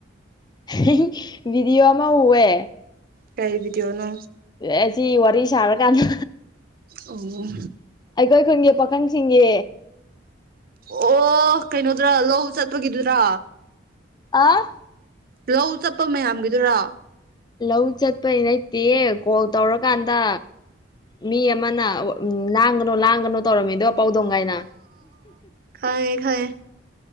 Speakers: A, on the left; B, on the right.
A: <unintelligible> ꯕꯤꯗꯤꯑꯣ ꯑꯃꯥ ꯎꯋꯦ
B: ꯀꯩ ꯕꯤꯗꯤꯑꯣꯅꯣ
A: ꯑꯦ ꯑꯁꯤ ꯋꯥꯔꯤ ꯁꯥꯔꯀꯥꯟꯗ
B: ꯑꯧ
A: ꯑꯩꯈꯣꯏ ꯈꯨꯟꯒꯤ ꯄꯥꯈꯪꯁꯤꯡꯒꯤ
B: ꯑꯣ ꯀꯩꯅꯣꯗꯨꯔ ꯂꯧ ꯆꯠꯄꯒꯤꯗꯨꯔ
A: ꯑꯥ
B: ꯂꯧ ꯆꯠꯄ ꯃꯌꯥꯝꯒꯤꯗꯨꯔ
A: ꯂꯧ ꯆꯠꯄꯩ ꯅꯠꯇꯦꯌꯦ ꯀꯣꯜ ꯇꯧꯔꯀꯥꯟꯗ ꯃꯤ ꯑꯃꯥꯅ ꯑꯝ ꯂꯥꯡꯒꯅꯣ ꯂꯥꯡꯒꯅꯣ ꯇꯧꯔꯝꯃꯤꯗꯣ ꯄꯥꯎꯗꯣꯡꯉꯩꯅ
B: ꯈꯉꯤ ꯈꯌꯦ